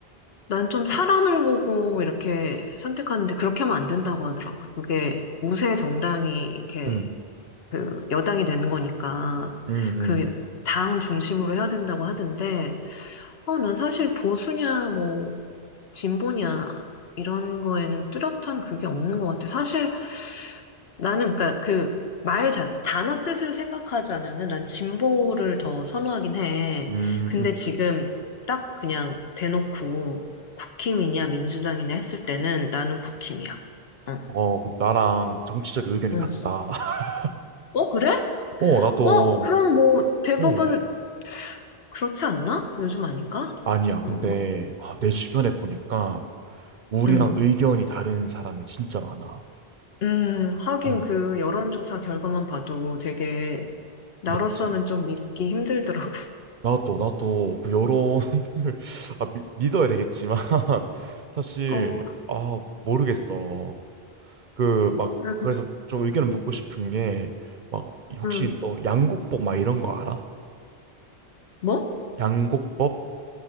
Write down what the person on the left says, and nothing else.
난 좀 사람을 보고 이렇게 선택하는데, 그렇게 하면 안 된다고 하더라고. 그게 우세 정당이 이렇게
그 여당이 되는 거니까
그 당 중심으로 해야 된다고 하던데 어, 난 사실 보수냐 뭐 진보냐 이런 거에는 뚜렷한 그게 없는 것 같아. 사실 나는 그러니까 그 말 자, 단어 뜻을 생각하자면은 난 진보를 더 선호하긴 해.
근데
지금 딱 그냥 대놓고 국힘이냐 민주당이냐 했을 때는 나는 국힘이야. 어,
응.
어, 그래?
어, 그럼 뭐 대부분
그렇지 않나? 요즘 아닌가?
음,
음,
음, 하긴
그 여론조사 결과만 봐도 되게 나로서는
좀 믿기 힘들더라고.
어,
음,
음.
뭐?